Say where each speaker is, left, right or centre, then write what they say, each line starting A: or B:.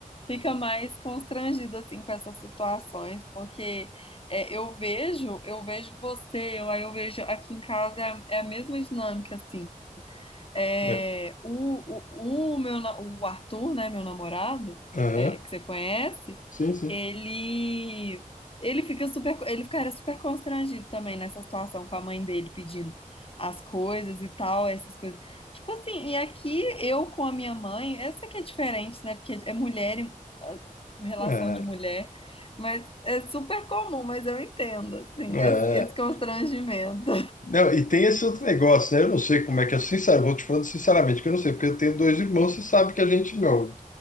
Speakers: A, on the left; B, on the left.
A: fica mais constrangido assim com essas situações, porque é, eu vejo, eu vejo você, eu, aí eu vejo aqui em casa é a, é a mesma dinâmica assim. É,
B: É,
A: o, o, o, meu, na- o Arthur, né, meu namorado,
B: aham,
A: é, que você conhece,
B: sim, sim.
A: ele ele fica super, ele ficaria super constrangido também nessa situação com a mãe dele pedindo as coisas e tal, essas coisas. Tipo assim, e aqui eu com a minha mãe, essa que é diferente, né? Porque é mulher, e, ah, relação
B: É,
A: de mulher, mas é super comum, mas eu entendo, assim,
B: é.
A: esse esse constrangimento.
B: Não, e tem esse outro negócio, né? Eu não sei como é que é, sincero, vou te falando sinceramente que eu não sei, porque eu tenho dois irmãos, você sabe que a gente, meu,